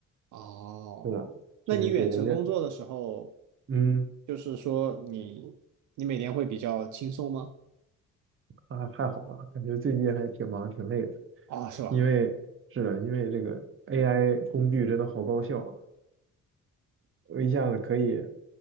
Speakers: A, on the right; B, on the right.
A: 哦，
B: 是的，
A: 那你远程工作的时候，
B: 就是给人家，嗯，
A: 就是说你你每天会比较轻松吗？
B: 啊，还好吧，感觉最近还挺忙挺累的，
A: 哦，是吧？
B: 因为是的，因为这个 AI 工具真的好高效啊，我一下子可以，